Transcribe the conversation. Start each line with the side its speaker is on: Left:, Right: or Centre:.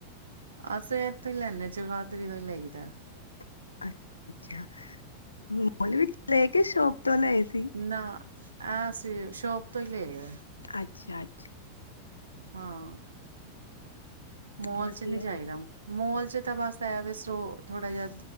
Right: ਅਸੀਂ ਇਥੇ ਹੀ ਲੈਣੇ ਆ ਜੁਗਾਦਰੀ ਤੋਂ ਲਈਦਾ
Left: ਅੱਛਾ ਅੱਛਾ ਮੋਲ ਵਿਚੋਂ ਲਿਆ ਕੇ ਸ਼ੋਪ ਤੋਂ ਲਏ ਸੀ
Right: ਨਾ ਅਸੀਂ ਸ਼ੋਪ ਤੋ ਲਏ ਆ
Left: ਅੱਛਾ ਅੱਛਾ
Right: ਹਾਂ ਮੋਲ
Left: ਵਧੀਆ
Right: ਚ, ਨਹੀਂ ਜਾਈ ਦਾ ਮੋਲ ਚ ਤਾਂ ਬਸ <inaudible> ਥੋੜਾ ਜਾ